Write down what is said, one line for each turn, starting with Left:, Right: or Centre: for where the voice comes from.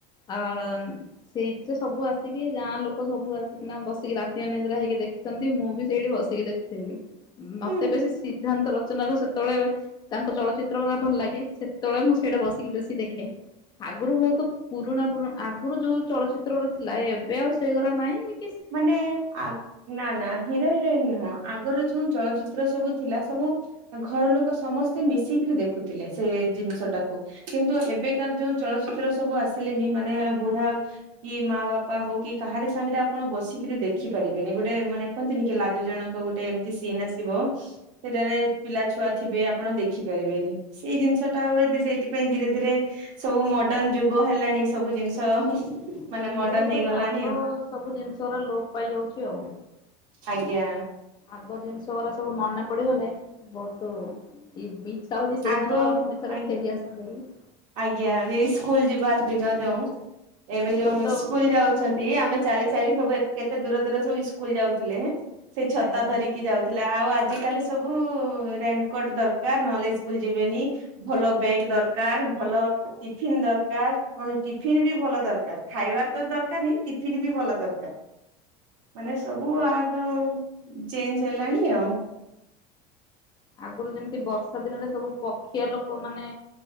Left: ଆ ସେଇଥିରେ ସବୁ ଆସିକି ଗାଁ ଲୋକ ସବୁ ଆସିକିନା ବସିକି ରାତି ଅନିଦ୍ରା ହେଇକି ଦେଖିଛନ୍ତି ମୁଁ ବି ସେଇଠି ବସିକି ଦେଖୁଥିବି ମତେ
Right: ହୁଁ।
Left: ବେଶୀ ସିଦ୍ଧାନ୍ତର ଚନାର ସେତେବେଳେ ତାଙ୍କ ଚଳଚିତ୍ର ଗୁଡା ଭଲ ଲାଗେ ସେତେବେଳେ ମୁଁ ସେଇଟା ବସିକି ବେଶୀ ଦେଖେ। ଆଗରୁ ବହୁତ ପୁରୁଣା ପୁରୁଣା ଆଗରୁ ଯୋଉ ଚଳଚିତ୍ରର ଥିଲା ଏବେ ଆଉ ସେଇଗରା ନାଇଁ ।
Right: ମାନେ ଆ ନା ନା ହିରୋ ହିରୋଇନ ନୁହଁ ଆଗରୁ ଯୋଉଁ ଚଳଚିତ୍ର ଚିତ୍ର ସବୁ ଥିଲା ସବୁ ଘରଲୋକ ସମସ୍ତେ ମିଶିକିରି ଦେଖୁଥିଲେ ସେ ଜିନିଷଟାକୁ । କିନ୍ତୁ ଏବେକାର ଯୋଉ ଚଳଚି ତ୍ର ସବୁ ଆସିଲେନି ମାନେ ବୁଢା କି ମାବାପା ହଉ କି କାହାରି ସାଙ୍ଗରେ ଆ ଆପଣ ବସିକିରି ଦେଖି ପାରିବେନି ଗୋଟେ ମାନେ କୁହନ୍ତିନି କି ଲାଜ ଜଣକ ଗୋଟେ ଏମିତି ସିନ୍ ଆସିବ ସେଟାରେ ପିଲା ଛୁଆ ଥିବେ ଆପଣ ଦେଖିପାରିବେନି ସେଇ ଜିନିଷଟା ହୁଏ ସେଇଥିପାଇଁ ଧୀରେ ଧୀରେ ସବୁ ମଡର୍ଣ୍ଣ ଯୁଗ ହେଲାଣି ସବୁ ଜିନିଷମାନେ ମଡର୍ଣ୍ଣ
Left: ସେଗୁରା ସବୁ
Right: ହେଇଗଲାଣି
Left: ଆଗ
Right: ଆଉ।
Left: ସବୁ ଜିନିଷରା ଲୋପ ପାଇଯାଉଛି ଆଉ।
Right: ଆଜ୍ଞା।
Left: ଆଗ ଜିନିଷଗୁଡ଼ା ସବୁ ମନେ ପଡିଗଲେ ବହୁତ ଇବି ସାଉଦି ସେଇ
Right: ଆଗ
Left: ଦିନ ଗୁଡା ପୁଣି ଥରେ
Right: ଆ
Left: ଫେରି ଆସନ୍ତା କି ।
Right: ଆଜ୍ଞା ଏଇ ସ୍କୁଲ ଯିବାର ଦିନ ଯଉ ଏବେ ଯୋଉ
Left: ଛୋଟ
Right: ସ୍କୁଲ ଯାଉଛନ୍ତି ଆମେ ଚାଲି ଚାଲି ସବୁ କେତେ ଦୂର ଦୂର ସବୁ ଇସ୍କୁଲ ଯାଉଥିଲେ ହେଁ ସେ ଛତା
Left: ଆଜ୍ଞା
Right: ଧରିକି
Left: ହଁ
Right: ଯାଉଥିଲା। ଆଉ ଆଜିକାଲି ସବୁ ରେନକୋଟ ଦରକାର ନହେଲେ ଇସ୍କୁଲ ଯିବେନି ଭଲ ବେଗ ଦରକାର। ଭଲ ଟିଫିନ ଦରକାର ପୁଣି ଟିଫନ୍ ବି ଭଲ ଦରକାର ଖାଇବାର ତ ଦରକାର ହିଁ ଟିଫିନ ବି ଭଲ ଦରକାର। ମାନେ ସବୁ ଆଗ ଚେଞ୍ଜ ହେଲାଣି ଆଉ।
Left: ଆଗରୁ ଯେମିତି ବର୍ଷା ଦିନରେ ସବୁ ପକ୍ଷିଆ ଲୋକ ମାନେ